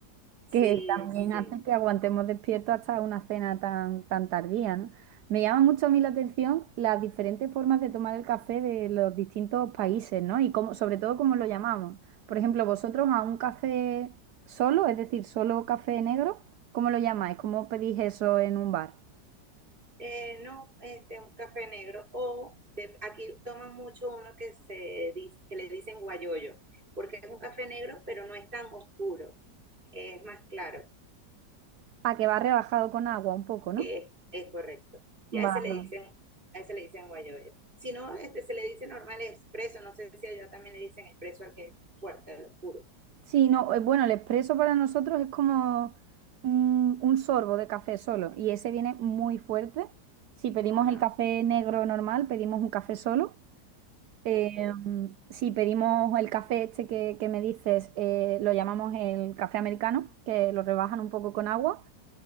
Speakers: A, on the right; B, on the right.
A: Sí,
B: que también
A: sí,
B: hace que aguantemos despiertos hasta una cena tan, tan tardía, ¿no? Me llama mucho a mí la atención las diferentes formas de tomar el café de los distintos países, ¿no? Y cómo, sobre todo cómo lo llamamos. Por ejemplo, vosotros a un café solo, es decir, solo café negro, ¿cómo lo llamáis? ¿Cómo pedís eso en un bar?
A: eh, no, este, un café negro. O de, aquí toman mucho uno que, se, que le dicen guayoyo, porque es un café negro, pero no es tan oscuro, es más claro,
B: A que va rebajado con agua un poco, ¿no?
A: es, es correcto. Y
B: Vale.
A: a ese le dicen, a ese le dicen guayoyo. Si no, este se le dice normal expreso, no sé si allá también le dicen expreso al que es fuerte, al oscuro.
B: Sí, no, eh, bueno, el expreso para nosotros es como un, un sorbo de café solo y ese viene muy fuerte. Si pedimos
A: Ajá,
B: el café negro normal, pedimos un café solo. Eh,
A: ok,
B: si pedimos el café este que, que me dices, eh, lo llamamos el café americano, que lo rebajan un poco con agua.